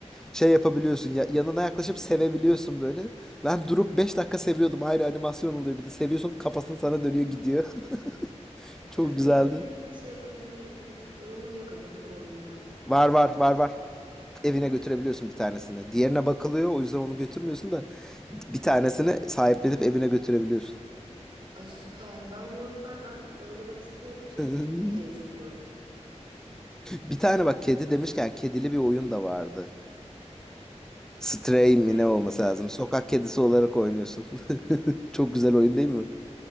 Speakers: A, in the centre; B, on the right.
A: Şey yapabiliyorsun ya, yanına yaklaşıp sevebiliyorsun böyle. Ben durup 5 dakika seviyordum. Ayrı animasyon oluyor bir de. Seviyorsun kafasını sana dönüyor gidiyor. <laughs> Çok
B: Ya kediyi
A: güzeldi.
B: şey yapabilme gibi bir durumun yok ama değil mi oyunda?
A: Var var var var. Evine götürebiliyorsun bir tanesini. Diğerine bakılıyor o yüzden onu götürmüyorsun da bir tanesini sahiplenip evine götürebiliyorsun.
B: Ay süper. Ben bu oyunu zaten oynamak istiyordum. Şimdi
A: <laughs>
B: iyice istiyorum.
A: Bir tane bak kedi demişken kedili bir oyun da vardı. Stray
B: Stray.
A: mi ne olması lazım? Sokak kedisi olarak oynuyorsun. <laughs> Çok güzel oyun değil mi?